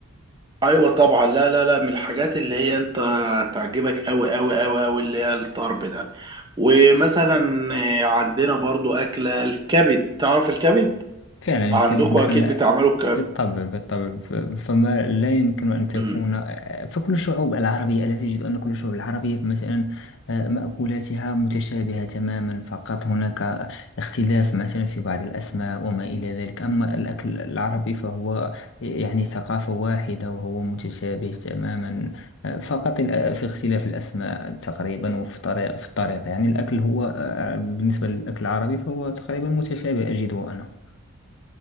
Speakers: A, on the right; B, on the left.
A: ايوه طبعا لا لا لا من الحاجات اللي هي انت تعجبك قوي قوي قوي قوي اللي هي الطرب ده ومثلا آه، عندنا برضو اكلة الكبد تعرف الكبد
B: فعلا يرتبط
A: عندكم
B: نحن
A: اكيد بتعملوا
B: بالطبع بالطبع ف- فما لا يمكن أن تكون
A: الكبد
B: فكل الشعوب العربية ألا تجد أن كل الشعوب العربية مثلا آه، مأكولاتها متشابهة تماما فقط هناك اختلاف مثلا في بعض الأسماء وما إلى ذلك أما الأكل العربي فهو يعني ثقافة واحدة وهو متشابه تماما آه، فقط الأ- في اختلاف الأسماء تقريبا وفي طريقة في الطريقة يعني الأكل هو آه، بالنسبة للأكل العربي فهو تقريبا متشابه أجده أنا